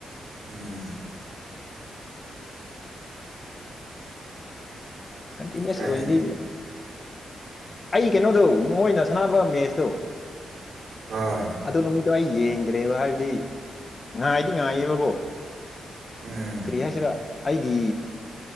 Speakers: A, on the right; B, on the left.
A: ꯎꯝ
B: ꯀꯟꯇꯤꯅꯨꯁ
A: ꯀꯥꯏꯗꯤ
B: ꯑꯣꯏꯗꯤ ꯑꯩ ꯀꯩꯅꯣꯗꯧ ꯃꯣꯏꯅ ꯁꯥꯟꯅꯕ ꯃꯦꯁꯇꯣ
A: ꯍꯣꯏ
B: ꯑꯗꯨ ꯅꯨꯃꯤꯠꯇꯣ ꯑꯩ ꯌꯦꯡꯗ꯭ꯔꯦꯕ ꯍꯥꯏꯕꯗꯤ ꯉꯥꯏꯗꯤ ꯉꯥꯏꯑꯦꯕ ꯑꯣ
A: ꯎꯝ
B: ꯀ꯭ꯔꯤ ꯍꯥꯏꯁꯤꯔꯥ ꯑꯩꯒꯤ